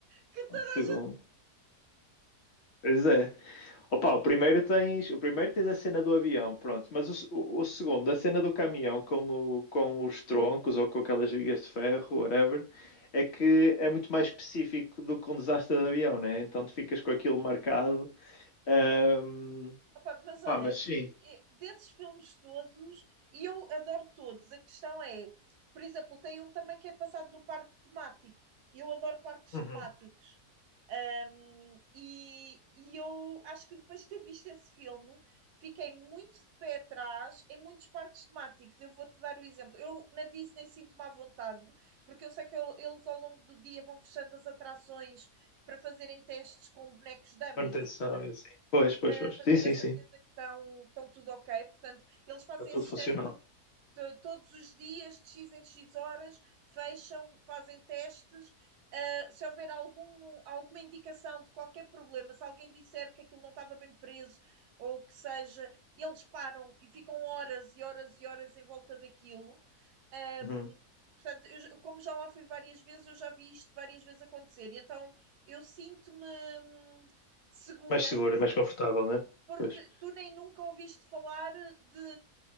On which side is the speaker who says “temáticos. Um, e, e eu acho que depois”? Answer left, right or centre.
Right